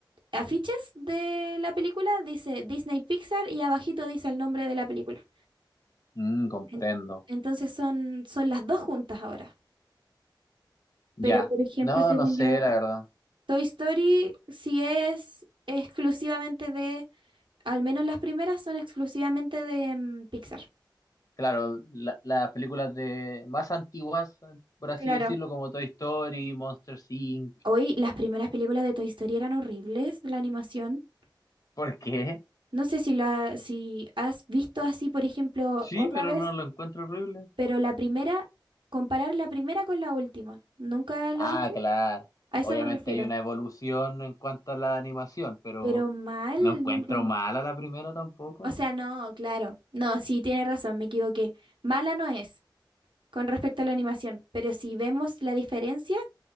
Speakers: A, on the right (about 85°); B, on the left (about 50°).
A: afiches de la película dice Disney Pixar y abajito dice el nombre de la película.
B: Mm, comprendo.
A: En- entonces son, son las dos juntas ahora. Pero,
B: Ya.
A: por ejemplo,
B: No,
A: según
B: no sé,
A: yo,
B: la verdad.
A: Toy Story sí es exclusivamente de... Al menos las primeras son exclusivamente de mm, Pixar.
B: Claro, la- las películas de más antiguas, por así
A: Claro.
B: decirlo, como Toy Story, Monsters Inc.
A: Hoy las primeras películas de Toy Story eran horribles, la animación.
B: ¿Por qué?
A: No sé si la, si has visto así, por ejemplo,
B: Sí,
A: otra
B: pero
A: vez,
B: no lo encuentro horrible.
A: pero la primera, comparar la primera con la última. ¿Nunca
B: Ah,
A: lo has hecho?
B: claro.
A: A eso
B: Obviamente
A: me refiero.
B: hay una evolución en cuanto a la animación, pero
A: Pero mal,
B: no encuentro
A: yo encuentro.
B: mala la primera tampoco.
A: O sea, no, claro. No, sí, tiene razón, me equivoqué. Mala no es con respecto a la animación, pero si vemos la diferencia,